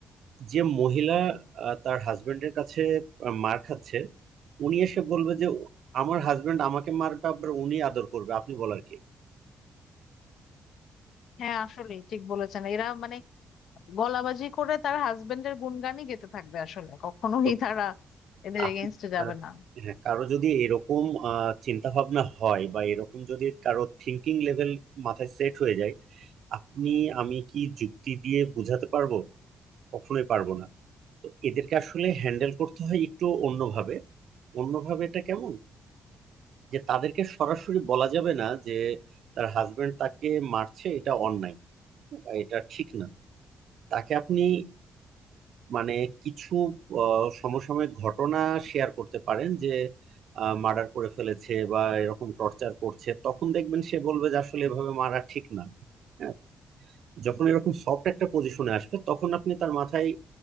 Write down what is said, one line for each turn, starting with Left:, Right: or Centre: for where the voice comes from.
Right: যে মহিলা আহ, তার হাজবেন্ডের কাছে আহ, মার খাচ্ছে উনি এসে বলবে যে আমার হাজবেন্ড আমাকে মারবে আবার উনি আদর করবে আপনি বলার কি
Left: হ্যাঁ আসলে ঠিক বলেছেন এরা মানে গলাবাজি করে তার হাজবেন্ডের গুণগানই গেতে থাকবে আসলে কখনোই
Right: তো
Left: তারা এদের
Right: আপনি
Left: এগেনস্টে যাবে
Right: আহ,
Left: না
Right: হ্যাঁ কারো যদি এরকম চিন্তা ভাবনা হয় বা এরকম যদি কারো থিঙ্কিং লেভেল মাথায় সেট হয়ে যায় আপনি আমি কি যুক্তি দিয়ে বোঝাতে পারবো কখনোই পারবো না তো এদেরকে আসলে হ্যান্ডেল করতে হয় একটু অন্যভাবে অন্যভাবে এটা কেমন যে তাদেরকে সরাসরি বলা যাবে না যে তার হাজবেন্ড তাকে মারছে এটা অন্যায় বা এটা ঠিক না তাকে আপনি মানে কিছু আহ, সমসাময়িক ঘটনা শেয়ার করতে পারেন যে মার্ডার করে ফেলেছে বা এরকম টর্চার করছে তখন দেখবেন সে বলবে যে আসলে এভাবে মারা ঠিক না হ্যাঁ, যখন এরকম সফট একটা পজিশনে আসবে তখন আপনি তার মাথায়